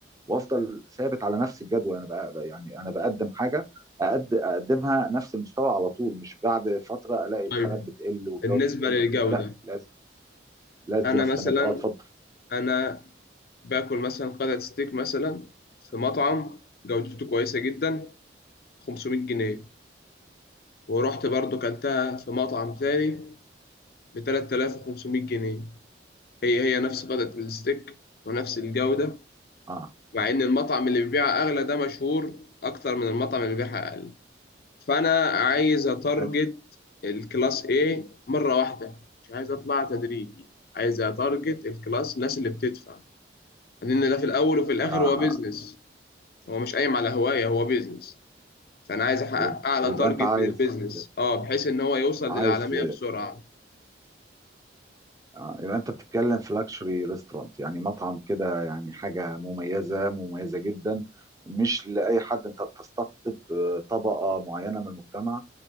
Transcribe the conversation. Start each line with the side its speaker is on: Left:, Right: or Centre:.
Right: وافضل ثابت على نفس الجدول انا بقى يعني انا بقدم حاجه أقد اقدمها نفس المستوى على طول مش بعد فتره الاقي الخامات
Left: طيب
Right: بتقل والجوده
Left: بالنسبة
Right: بتقل
Left: للجودة
Right: وكده لا لازم لازم
Left: أنا
Right: استمر
Left: مثلا
Right: اه اتفضل
Left: أنا باكل مثلا قطعة ستيك مثلا في مطعم جودته كويسة جدا 500 جنيه ورحت برضو كلتها في مطعم تاني ب 3500 جنيه هي هي نفس قطعة الستيك ونفس الجودة
Right: اه
Left: مع إن المطعم اللي بيبيعها أغلى ده مشهور أكتر من المطعم اللي بيبيعها أقل فأنا عايز أتارجت
Right: حلو
Left: الكلاس A مرة واحدة مش عايز أطلع تدريجي عايز أتارجت الكلاس الناس اللي بتدفع لأن ده في الأول وفي الآخر
Right: اه
Left: هو بيزنس هو مش قايم على هواية هو بيزنس فأنا عايز أحقق
Right: يبقى
Left: أعلى
Right: يبقى
Left: تارجت
Right: انت عايز
Left: من البيزنس أه بحيث إن هو يوصل
Right: عايز
Left: للعالمية بسرعة
Right: آه، يبقى انت بتتكلم في لاكشري ريستورانت يعني مطعم كده يعني حاجه مميزه مميزه جدا مش لاي حد انت بتستقطب آه، طبقه معينه من المجتمع